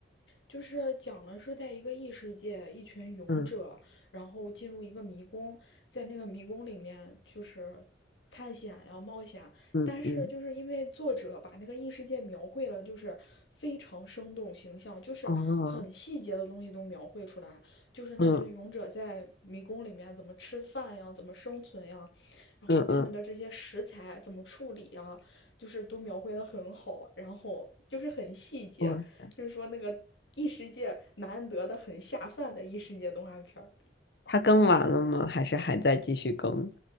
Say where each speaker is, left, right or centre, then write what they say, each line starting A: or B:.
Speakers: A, on the left (about 85°); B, on the left (about 65°).
A: 就是讲了是在一个异世界，一群勇者，
B: 嗯
A: 然后进入一个迷宫，在那个迷宫里面就是探险呀、冒险，
B: 嗯嗯，
A: 但是就是因为作者把那个异世界描绘了，就是非常生动形象，就是很细节的东西都描绘出来，
B: 哦，
A: 就是那群勇者在迷宫里面怎么吃饭呀，
B: 嗯
A: 怎么生存呀，然后他们的这些食材怎么处理呀，
B: 嗯嗯。
A: 就是都描绘的很好，然后就是很细节，
B: 我
A: 就是说那个异世界难得的很下饭的异世界动画片儿，
B: 它更完了吗？还是还在继续更？